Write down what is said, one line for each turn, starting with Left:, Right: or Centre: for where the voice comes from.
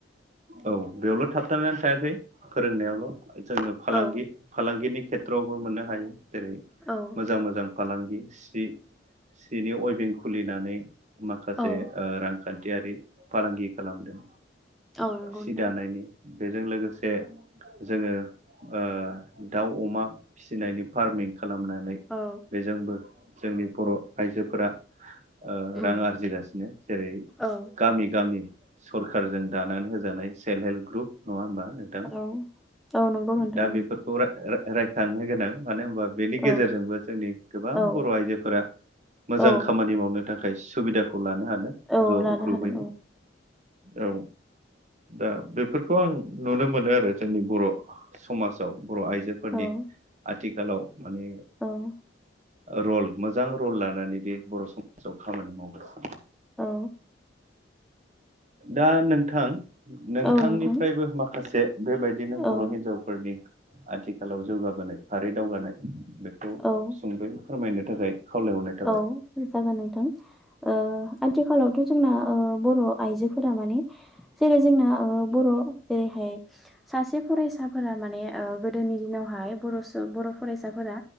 Right: औ बेयावल' थाबथानानै थायाखै फोरोंनायावल' जोङो फालांगि
Centre: औ
Right: फालांगिनि खेथ्रआवबो मोननो हायो जेरै
Centre: औ औ
Right: मोजां मोजां फालांगि सि सिनि अयभिं खुलिनानै माखासे
Centre: औ
Right: ओ रांखान्थि यारि फालांगि खालामदों
Centre: औ नंगौ
Right: सि
Centre: नोंथां
Right: दानायनि बेजों लोगोसे जे जोङो ओ दाव अमा फिसिनायनि फार्मिं खालामनानै
Centre: औ
Right: बेजोंबो जोंनि बर' आइजोफोरा ओ
Centre: उम
Right: रां आरजिगासिनो जेरै
Centre: औ
Right: गामि गामि सरखारजों दानानै हो सेलहेब ग्रुब नङा होमबा नोंथां
Centre: औ औ नंगौ नोंथां
Right: दा बेफोरखौ राय राय रायखांनो गोनां मानो होनबा बेनि गेजेरजोंबो
Centre: औ
Right: जोंनि गोबां
Centre: औ
Right: बर' आइजोफोरा मोजां
Centre: औ
Right: खामानि मावनो थाखाय सुबिदाखौ लानो हादों
Centre: औ
Right: ज'
Centre: लानो
Right: ग्रुुबैनो
Centre: हादों
Right: औ दा बेफोरखौ आं नुनो मोनो आरो जोंनि बर' समाजाव बर' आइजोफोरनि
Centre: औ
Right: आथिखालाव माने
Centre: औ
Right: रल मोजां रल लानानै बे बर' समाजाव खामानि मावगासिनो।
Centre: औ
Right: दा नोंथां नोंथांनिफ्रायबो
Centre: औ नोंथां
Right: माखासे बेबायदिनो बर'
Centre: औ
Right: हिनजावफोरनि आथिखालाव जौगाबोनाय आरै दावगानाय बेखौ
Centre: औ
Right: सुंदय फोरमायनो थाखाय खावलायहरनाय थाबाय
Centre: औ जागोन नोंथां ओ आथिखालावथ' जोंना ओ बर'आ आइजोफोरा माने जेरै जोंना ओ बर' जेरै सासे फरायसाफोरा माने ओ गोदोनि दिनावहाय बर' स बर फरायसाफोरा